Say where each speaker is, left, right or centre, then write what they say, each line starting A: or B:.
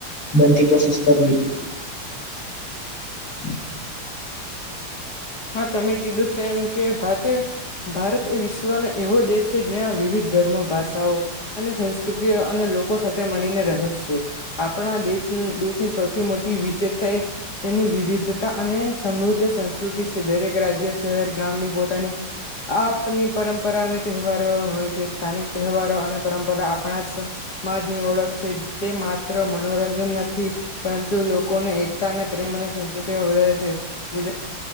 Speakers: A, on the left; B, on the left.
A: બનતી કોશિશ કરવી જોઈએ.
B: <inaudible> હા તમે કીધું તેમ કે ભાતે ભારત એ વિશ્વનો એવો દેશ જ્યાં વિવિધ ધર્મો ભાષાઓ અને સંસ્કૃતિઓ અને લોકો સાથે મળીને રહે છે આપણા દેશ દેશની સૌથી મોટી વિશેષતા એ તેની વિવિધતા અને સમૃદ્ધ સંસ્ કૃતિ છે દરેક રાજ્ય શહેર ગામની પોતાની આપની પરંપરા અને તહેવારો હોય છે સ્થાનિક તહેવારો અને પરંપરા આપણાજ માજ ની ઓળખ છે તે માત્ર મનોરંજન નથી પરંતુ લોકોને એકતા અને પ્રેમ અને સંસ્કૃતિ વધારે છે ગુજ